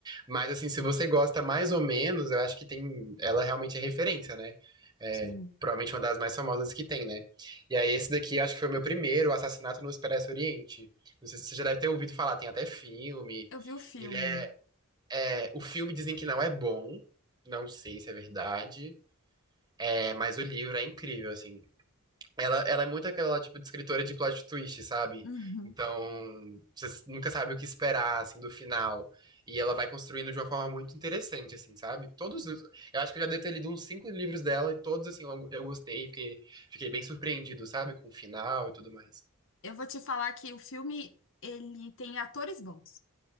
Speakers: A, on the right; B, on the left.
A: Mas assim, se você gosta mais ou menos, eu acho que tem. Ela realmente é referência, né? É,
B: sim.
A: provavelmente uma das mais famosas que tem, né? E aí, esse daqui eu acho que foi o meu primeiro, o Assassinato no Expresso Oriente. Não sei se você já deve ter ouvido falar, tem até filme.
B: Eu vi o filme.
A: Ele é, é. O filme dizem que não é bom. Não sei se é verdade. É, mas o livro é incrível, assim. Ela, ela é muito aquela, tipo, de escritora de plot twist, sabe?
B: Uhum.
A: Então, você s- nunca sabe o que esperar, assim, do final. E ela vai construindo de uma forma muito interessante, assim, sabe? Todos, os- eu acho que eu já devo ter lido uns cinco livros dela e todos, assim, eu, eu gostei, fiquei, fiquei bem surpreendido, sabe? Com o final e tudo mais.
B: Eu vou te falar que o filme, ele tem atores bons.